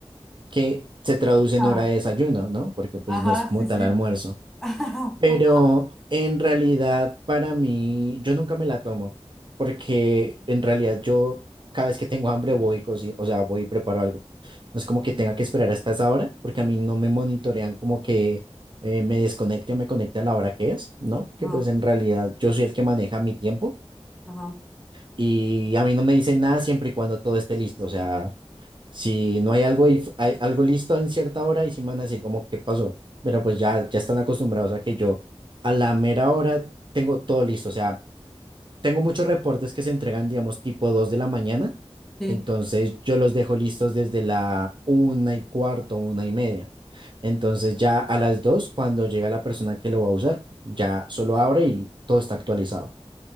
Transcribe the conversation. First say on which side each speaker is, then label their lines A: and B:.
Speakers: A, on the right (about 50°); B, in the centre.
A: que se traduce en
B: Ah,
A: hora de desayuno, ¿no? Porque pues
B: ajá,
A: no es como
B: sí,
A: tal
B: sí.
A: almuerzo.
B: <laughs>
A: Pero en realidad para mí, yo nunca me la tomo, porque en realidad yo cada vez que tengo hambre voy, y coci- o sea, voy y preparo algo. No es como que tenga que esperar hasta esa hora, porque a mí no me monitorean como que eh, me desconecte o me conecte a la hora que es, ¿no? Que
B: Ajá,
A: pues en realidad yo soy el que maneja mi tiempo.
B: ajá,
A: Y a mí no me dicen nada siempre y cuando todo esté listo. O sea, si no hay algo, dif- hay algo listo en cierta hora y si me van a decir como, ¿qué pasó? Pero pues ya, ya están acostumbrados a que yo a la mera hora tengo todo listo. O sea, tengo muchos reportes que se entregan, digamos, tipo 2 de la mañana.
B: sí.
A: Entonces yo los dejo listos desde la una y cuarto, una y media. Entonces ya a las 2 cuando llega la persona que lo va a usar, ya solo abre y todo está actualizado.